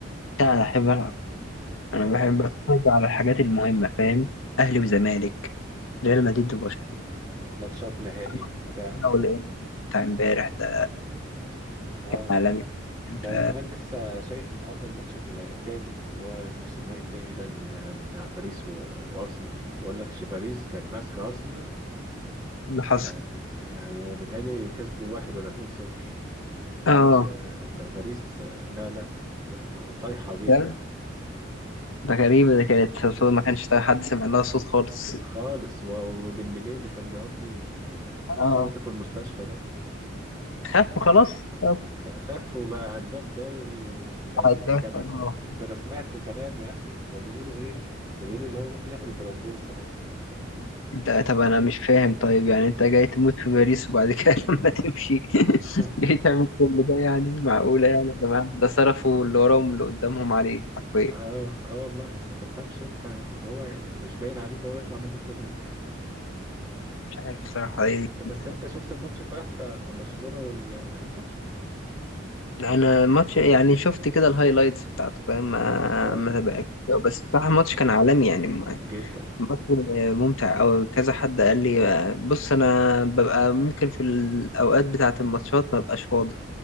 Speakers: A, on the left; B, on the right.
A: لا انا بحب العب
B: اه
A: انا بحب اتفرج على الحاجات المهمه فاهم اهلي وزمالك ريال مدريد وبرشلونه
B: ماتشات نهائي
A: أنا في
B: بتاع
A: برشلونة والانتر بتاع امبارح ده
B: اه
A: عالمي
B: ده
A: ف
B: انا كمان لسه شايف النهارده الماتش ال- التاني اللي هو النص النهائي التاني ده ال- بتاع باريس و- وارسنال بقول لك باريس كانت ماسكه ارسنال
A: اللي حصل
B: يعني يعني بيتهيألي كسبوا واحد ولا اتنين صفر ما اقولكش
A: اه
B: باريس آه، لا لا طايحه جدا
A: ده ده غريبة ده كانت صوت ما كانش حد سمع لها صوت خالص
B: خالص و- وديمبلي اللي كان بيقضي آه، نص
A: اه
B: وقته في المستشفى ده
A: خف خلاص طب
B: خ- خف وبقى هداف دوري وده
A: عدى
B: ده انا
A: خلاص
B: سم- ده انا سمعت كلام يا اخي ده بيقولوا ايه ده بيقولوا اللي هو ممكن ياخد البلندور السنه دي
A: لا طب انا مش فاهم طيب يعني انت جاي تموت في باريس وبعد كده <laughs> لما تمشي
B: <laughs>
A: جاي تعمل كل ده يعني معقولة يعني يا جماعة ده صرفوا اللي وراهم واللي قدامهم عليه حرفيا
B: اه اه والله ما تفهمش انت وهو يعني مش باين عليه اللي هو يطلع منه كل ده
A: مش عارف صراحة ايه
B: طب
A: ده.
B: بس انت شفت الماتش امبارح بتاع برشلونة والانتر
A: انا الماتش يعني شفت كده الهايلايتس بتاعته فاهم ما
B: اه
A: ما تابعتش بس بصراحة الماتش كان عالمي يعني ما-
B: جدا
A: الماتش ممتع أوي كذا حد قال لي بص انا ببقى ممكن في الاوقات بتاعة الماتشات ما ببقاش فاضي